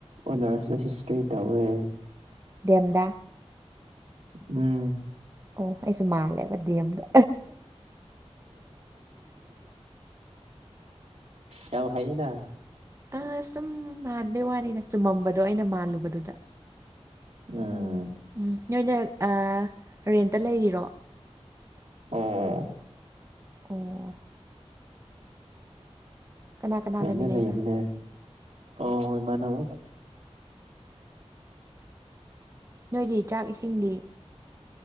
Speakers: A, on the right; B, on the right.
A: ꯑꯣꯅꯔꯁꯇ ꯍꯤꯁꯇ꯭ꯔꯤ ꯇꯧꯋꯦ
B: ꯗꯦꯝꯗꯥ
A: ꯎꯝ
B: ꯑꯣ ꯑꯩꯁꯨ ꯃꯥꯜꯂꯦꯕ ꯗꯤ ꯑꯦꯝꯗ
A: ꯌꯥꯝ ꯍꯥꯏꯅ
B: ꯑ ꯁꯨꯝ ꯃꯥꯟꯕꯩ ꯋꯥꯅꯤꯅ ꯆꯨꯝꯃꯝꯕꯗꯣ ꯑꯩꯅ ꯃꯥꯜꯂꯨꯕꯗꯨꯗ
A: ꯎꯝ
B: ꯎꯝ ꯅꯣꯏꯅ ꯑꯥ ꯔꯦꯟꯇ ꯂꯩꯔꯤꯔꯣ
A: ꯑꯣ
B: ꯑꯣ ꯀꯅꯥ ꯀꯅꯥ
A: ꯍꯦꯟꯅ
B: ꯂꯩꯃꯤꯟꯅꯩꯕ
A: ꯂꯩꯕꯅꯦ ꯑꯣ ꯏꯃꯥꯟꯅꯕꯒ
B: ꯅꯣꯏꯗꯤ ꯆꯥꯛ ꯏꯁꯤꯡꯗꯤ